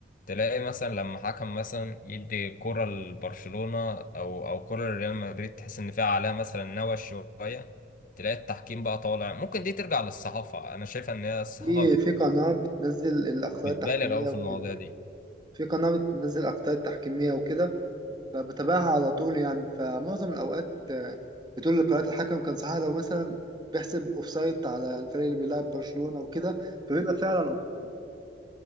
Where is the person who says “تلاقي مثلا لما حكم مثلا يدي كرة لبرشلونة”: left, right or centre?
Left